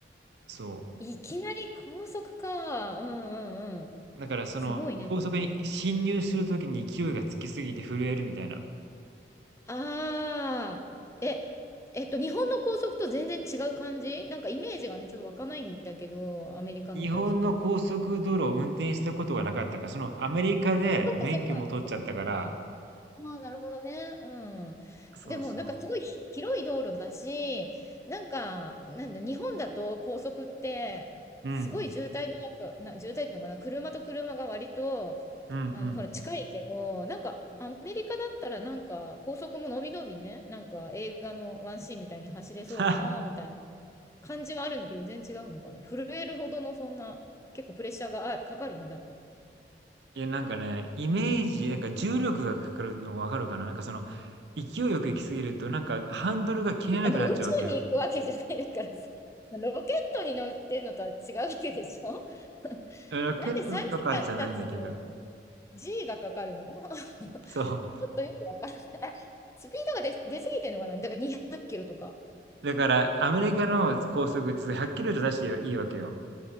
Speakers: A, on the right; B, on the left.
A: そ
B: いきなり高速か。うん、うん、うん。
A: う。だからその高速に進入するときに勢いがつきすぎて震えるみたいな。
B: すごいね。それねああ、え、えっと、日本の高速と全然違う感じなんかイメージがね、ちょっと湧かないんだけど、アメリカの高速。
A: 日本の高速道路を運転したことがなかったから、そのアメリカで免許も取っちゃったから、
B: そっかそっか、そっか。ああ、なるほどね。うん。
A: そうそう。
B: でも、なんかすごいひ広い道路だし、なんか、なんだ、日本だと高速って、
A: うん、
B: すごい渋滞の中、な、渋滞っていうのかな、車と車が割と、
A: うん、うん。
B: あの、ほら、近いけど、なんか、アメリカだったら、なんか、高速ものびのびね、なんか、映画のワンシーンみたいに走れそうかな、
A: <laughs>
B: みたいな感じはあるんだけど、全然違うのかな。震えるほどの、そんな、結構プレッシャーがあかかるんだ。
A: いや、なんかね、イメージ、なんか重力がかかるのわかるかななんかその、勢いよく行きすぎると、なんかハンドルが切れなくなっちゃうわけよ。
B: あの、宇宙に行くわけじゃないからさ、<laughs> ロケットに乗ってるのとは違うわけでしょ <laughs>
A: ロケットとかじゃないんだけど。
B: なんで3時間経つと G がかかるの <laughs>
A: そう。
B: ちょっとよくわからない。スピードが出、出すぎてるのかなだから200キロとか。
A: だから、アメリカの高速ってそれ100キロ以上出していいいいわけよ。
B: うん。